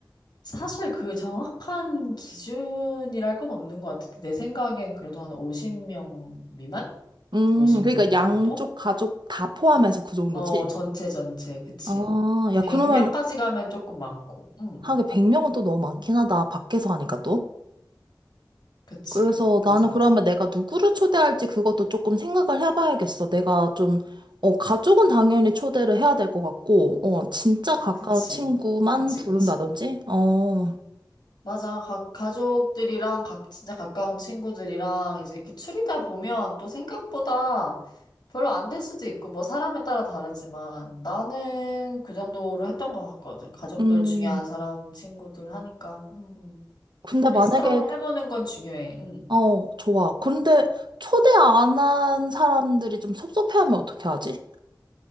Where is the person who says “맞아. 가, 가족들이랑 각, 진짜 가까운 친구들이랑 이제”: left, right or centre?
Left